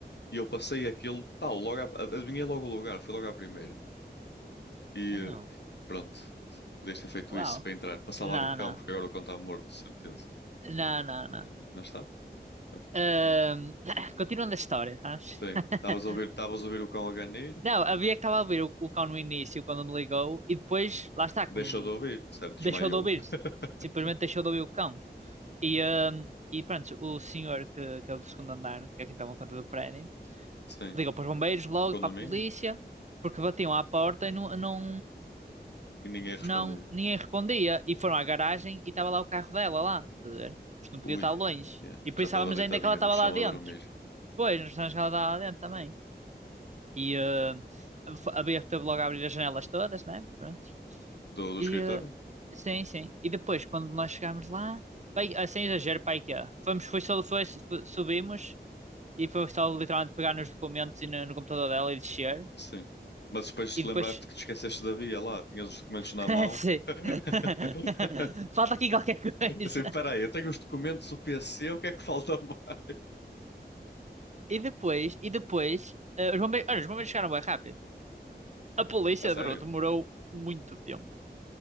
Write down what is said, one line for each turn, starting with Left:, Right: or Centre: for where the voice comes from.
Left: E eu passei aquilo, tal, logo à, adivinhei logo o lugar, foi logo à primeira. E
Right: Não,
Left: eh, pronto, podias ter feito
Right: uau.
Left: isso para entrar, para salvar
Right: Não,
Left: o cão,
Right: não,
Left: porque agora o cão está morto, de certeza.
Right: não, não, não.
Left: Não está? Ok.
Right: Ahm,
Left: Não.
Right: <coughs> <clears throat> continuando a história, sabes?
Left: Sim,
Right: <laughs>
Left: estavas a ouvir, estavas a ouvir o cão a ganir,
Right: Não, havia que estava a ouvir o, o cão no início, quando me ligou, e depois, lá está, como
Left: deixou de ouvir, certo? Desmaiou.
Right: deixou de ouvir.
Left: <laughs>
Right: Simplesmente deixou de ouvir o cão. E, ahm, e pronto, o senhor que, que é o do segundo andar, que é quem toma conta do prédio,
Left: Sim,
Right: ligam para os bombeiros, logo
Left: o condomínio,
Right: para a polícia, porque batiam à porta e não, não,
Left: e ninguém respondia.
Right: não, ninguém respondia. E foram à garagem e estava lá o carro dela lá, estás a ver? Isto não podia
Left: Ui,
Right: estar longe.
Left: yeah,
Right: E pensávamos
Left: Já estava deitadinha
Right: ainda que ela estava
Left: no chão
Right: lá dentro.
Left: a dormir.
Right: Pois, nós pensávamos que ela estava lá dentro também. E eh, f- abrir, teve logo a abrir as janelas todas, né? Pronto.
Left: Do, do
Right: E
Left: escritório?
Right: eh, sim, sim. E depois, quando nós chegámos lá, pai, ah, sem exagero, pai que é. Fomos, foi só, foi, subimos e foi só literalmente pegar nos documentos e no, no computador dela e descer.
Left: Sim. Mas depois
Right: E
Left: te
Right: depois.
Left: lembraste que te esqueceste da via lá, tinhas os documentos na
Right: <laughs>
Left: mão.
Right: Sim.
Left: <laughs>
Right: <laughs> Falta aqui qualquer coisa.
Left: Assim, peraí, eu tenho os documentos do PC, o que é que falta <laughs> mais?
Right: E depois, e depois, eh, os bombeiros, olha, os bombeiros chegaram bem rápido. A polícia,
Left: A sério?
Right: bro, demorou muito tempo.